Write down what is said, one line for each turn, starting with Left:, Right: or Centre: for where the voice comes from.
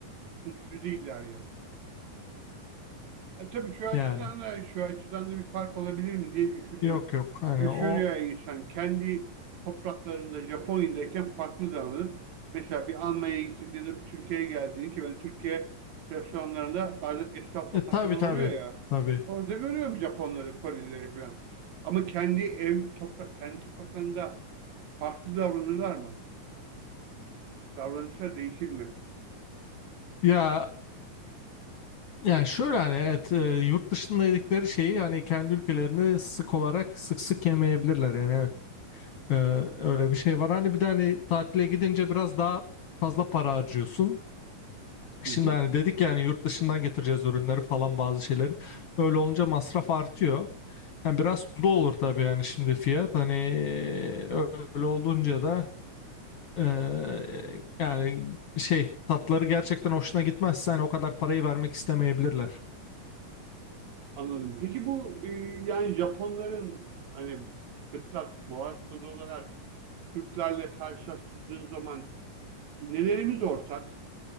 Right: tutucu değiller ya. E tabii şu açıdan
Left: Yani
Right: da şu açıdan da bir fark olabilir mi diye düşünüyor.
Left: yok yok hani
Right: Düşünüyor
Left: o
Right: insan. Kendi topraklarında Japonya'dayken farklı davranıp mesela bir Almanya'ya gittiğinde ya da bir Türkiye'ye geldiğinde ki ben Türkiye restoranlarında bazen esnaf
Left: e,
Right: lokantaları
Left: tabii tabii
Right: oluyor ya.
Left: tabii.
Right: Orada görüyorum Japonları, Korelileri falan. Ama kendi ev toprak kendi topraklarında farklı davranırlar mı? Davranışlar değişir mi?
Left: Ya yani şöyle hani evet e, yurt dışında yedikleri şeyi yani kendi ülkelerini sık olarak sık sık yemeyebilirler yani evet. Ee, öyle bir şey var. Hani bir de hani tatile gidince biraz daha fazla para harcıyorsun. Şimdi
Right: Hı hı.
Left: hani dedik yani yurt dışından getireceğiz ürünleri falan bazı şeyleri. Öyle olunca masraf artıyor. Yani biraz tuzlu olur tabii yani şimdi fiyat. Hani e, öyle olunca da eee, yani şey tatları gerçekten hoşuna gitmezse hani o kadar parayı vermek istemeyebilirler.
Right: Anladım. Peki bu e, yani Japonların hani fıtrat, muvazzat olarak Türklerle karşılaştırdığın zaman nelerimiz ortak?